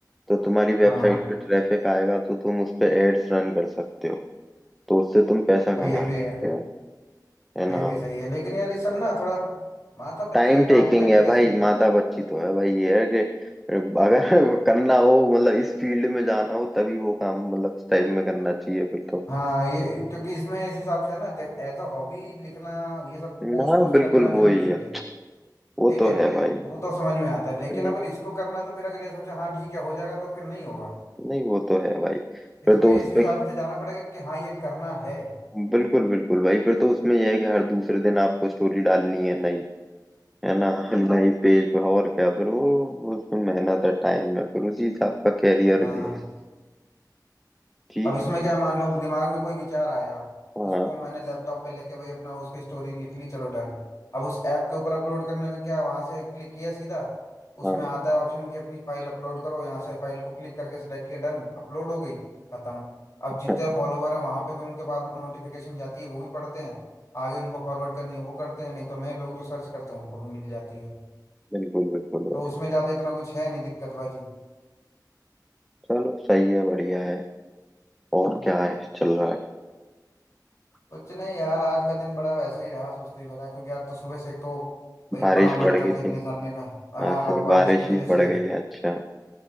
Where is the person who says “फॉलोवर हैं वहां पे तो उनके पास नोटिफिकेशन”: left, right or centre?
Left